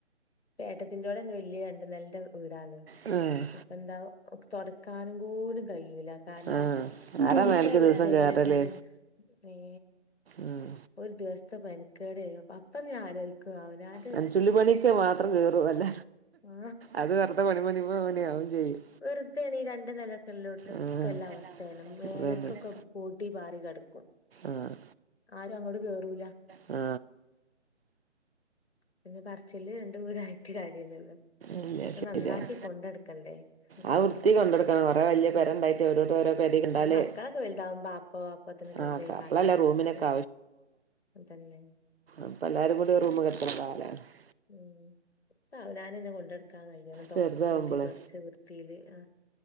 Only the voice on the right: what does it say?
ആഹ്.
ആഹ് ആരാ
മേലക്ക് ദിവസം കേറല്
ഉം
നൻചുള്ളി പണിക്ക്‌ മാത്രം കേറു അല്ല
അത് വെർതെ മണി മണി പേണ്യാവും ചെയ്യും.
ആഹ്
തിരക്കിലോലൊക്കെ
ആഹ്.
ആ
ഇല്ല
ശരിയാണ്
ആ വൃത്തി കൊണ്ടടുക്കണം കൊറേ വലിയ പെര
ഉണ്ടായിട്ട് ഓരോരുത്തര് ഓരോ പെര കണ്ടാല്
ആഹ്
അപ്പളല്ലേ
റൂമിനൊക്കെ
അപ്പ എല്ലാരും കൂടി ഒരു റൂമ് കെട് <unintelligible>
ചെറുതാവുമ്പളെ